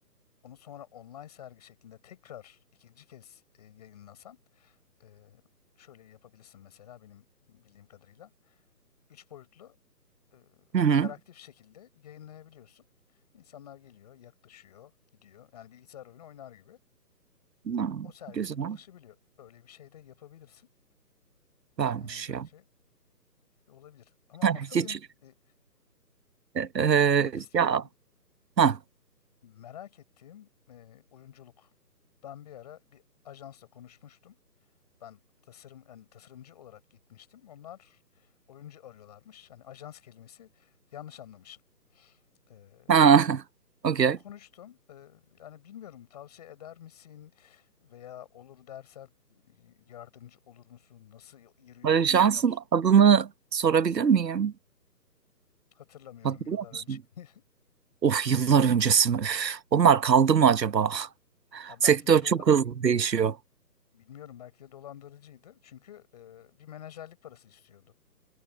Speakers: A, on the left; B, on the right.
A: onu sonra online sergi şeklinde tekrar ikinci kez e, yayınlasan Ee, şöyle yapabilirsin mesela benim bildiğim kadarıyla. Üç boyutlu e,
B: Hı hı.
A: interaktif şekilde yayınlayabiliyorsun. İnsanlar geliyor, yaklaşıyor, gidiyor. Yani bilgisayar oyunu oynar gibi.
B: Ha,
A: O sergide
B: güzel.
A: dolaşabiliyor. Öyle bir şey de yapabilirsin.
B: Vermiş
A: Yani bence
B: ya.
A: olabilir. Ama
B: <laughs>
A: asıl
B: Hiç
A: benim e,
B: Ee,
A: sormak istediğim,
B: ya ha
A: merak ettiğim e, oyunculuk. Ben bir ara bir ajansla konuşmuştum. Ben tasarım yani tasarımcı olarak gitmiştim. Onlar oyuncu arıyorlarmış. Hani ajans kelimesi yanlış anlamışım. Ee,
B: ha <laughs> okey.
A: konuştum. Ee, yani bilmiyorum tavsiye eder misin veya olur dersen e, yardımcı olur musun? Nasıl yürüyor
B: Ee,
A: bu
B: Jans'ın
A: işler?
B: adını sorabilir miyim?
A: Hatırlamıyorum
B: Hatırlıyor
A: yıllar
B: musun?
A: önce. <laughs>
B: Of yıllar öncesi mi? Üf, onlar kaldı mı acaba? <laughs>
A: Ya
B: Sektör
A: belki de dola
B: çok hızlı değişiyor.
A: bilmiyorum belki de dolandırıcıydı. Çünkü e, bir menajerlik parası istiyordu.